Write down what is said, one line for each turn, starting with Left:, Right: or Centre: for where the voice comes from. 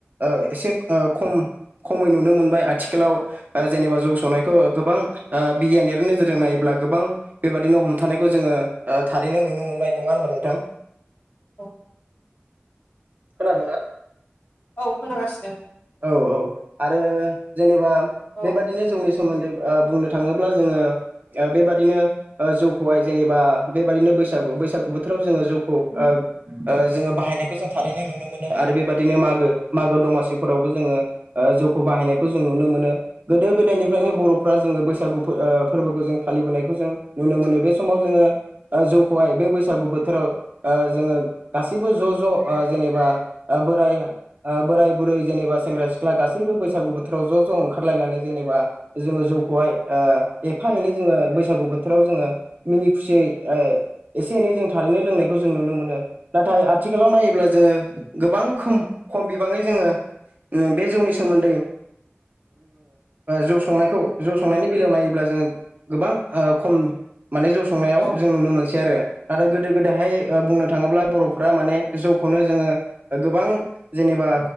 Right: ओ एसे ओ खम खमै नुनो मोनबाय आथिखालाव ओ जेनेबा जौ सौनायखौ गोबां ओ बिगियानारि नोजोरजों नायोब्ला गोबां बेबायदिनो हमथानायखौ ओ जोङो थारैनो नुनो मोनबाय नङा होनबा नोंथां
Left: अ
Right: खोनादों ना
Left: औ खोनागासिनो
Right: औ औ आरो जेनेबा
Left: औ
Right: बेबायदिनो जोंनि सोमोन्दै ओ बुंनो थाङोब्ला जोङो बेबायदिनो जौखौहाय जेनेबा बेबायदिनो बैसागु बैसागु बोथोर जौ बाहायनायखौ थारैनो नुनो मोनो आरो बेबायदिनो मागो मागो दमासि फोराबो जों ओ जौखौ बाहायनायखौ जों नुनो मोनो गोदो गोदायनिफ्रायनो
Left: औ
Right: बर'फोरा जों बै बैसागु फोरबोखौ जों फालिबोनायखौ जों नुनो मोनो बे समाव जोङो जौखौहाय बे बैसागु बोथोर बोराव ओ जोङो गासैबो ज' ज' जेनेबा बोराय ओ बोराय बुरै जेनेबा सेंग्रा सिख्ला गासैबो बैसागु बोथोराव ज' ज' ओंखारलायनानै जेनेबा जोङो जौखौहाय ओ एफा एनै जोङो बैसागु बोथोराव जोङो मिनि खुसियै ओ एसे एनै जों थारैनो लोंनायखौ जों नुनो मोनो नाथाय आथिखालाव नायोब्ला जोङो गोबां खम खम बिबाङै जोङो बे जौनि सोमोन्दै जौ संनायखौ जौ संनायनि बेलायाव नायोब्ला जोङो गोबां खम माने जौ संनायाव
Left: औ
Right: जों नुनो मोनसै आरो। ना थाय गोदो गोदायहाय बुंनो थाङोब्ला बर'फ्रा माने जौखौनो जोङो गोबां जेनेबा